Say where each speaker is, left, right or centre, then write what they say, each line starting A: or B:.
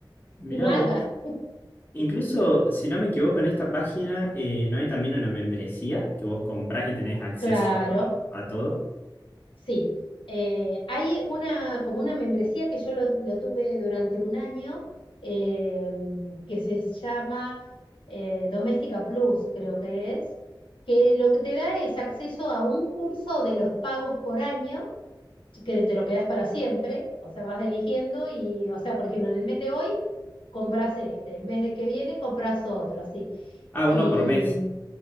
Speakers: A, on the left (about 85°); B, on the left (about 25°).
A: <laughs>
B: Mirá
A: Nada.
B: vos. Incluso, si no me equivoco, en esta página eh, no hay también una membresía que vos comprás y tenés acceso
A: Claro,
B: a, a todo.
A: sí. Eh, hay una, como una membresía que yo lo, lo tuve durante un año, eh, que se llama eh, Doméstica Plus, creo que es, que lo que te da es acceso a un curso de los pagos por año Sí, que te lo quedas para siempre, o sea, vas eligiendo y, o sea, por ejemplo, en el mes de hoy compras este, el mes de que viene compras otro, así.
B: Ah, uno
A: Y
B: por mes.